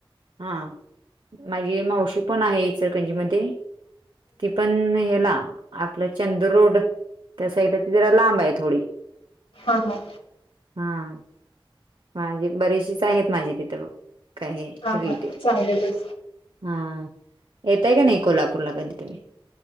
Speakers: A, on the right (about 60°); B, on the left (about 85°).
A: हा माझी मावशी पण आहे इचलकरंजी मध्ये ती पण हेला आपलं चंद्र रोड त्या साइड त जरा लांब आहे थोडी
B: हां हां
A: हा, <inaudible> बरीेचशी आहेत माझी तिथं काही
B: हा
A: रिलेटिव्ह
B: हा चांगलेलच.
A: हा, येताय का नाही कोल्हापूरला कधी तुम्ही